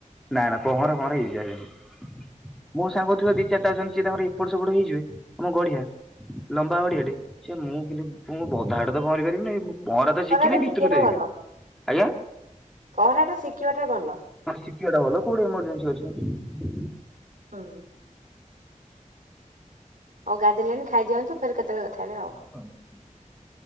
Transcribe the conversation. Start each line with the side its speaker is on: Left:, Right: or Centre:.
Centre: ନା-ନା ପହଁରା ଫହଁରା କିଛି ଆସେନି। ମୋ ସାଙ୍ଗ ଛୁଆ ଦି ଚାରିଟା ଅଛନ୍ତି ସିଏ ତାଙ୍କର ଏପଟ ସେପଟ ହେଇଯିବେ, ଆମ ଗଢ଼ିଆ। ଲମ୍ବା ଗଡିଆଟେ। ସେ ମୁଁ କିନ୍ତୁ ମୁଁ ଅଧା ବାଟ ତ ପହଁରି ପାରିବିନି। ମୁଁ ପହଁରା ତ ଶିଖିନି
Right: ଟା
Centre: ଭିତରୁ
Right: ଶିଖିବାଟା
Centre: <unintelligible>
Right: ଭଲ
Centre: ଆଜ୍ଞା।
Right: ପହଁରା ଟା ଶିଖିବାଟା ଭଲ
Centre: ମାନେ ଶିଖିବା ଟା ଭଲ। କୋଉଠି ଏମର୍ଜେନ୍ସି ଅଛି।
Right: <unintelligible> ହଉ ଗାଧେଇ ଲେଣି ଖାଇଦିଅନ୍ତୁ। ଫେରେ କେତେବେଳେ କଥା ହେବେ ଆଉ।
Centre: <unintelligible>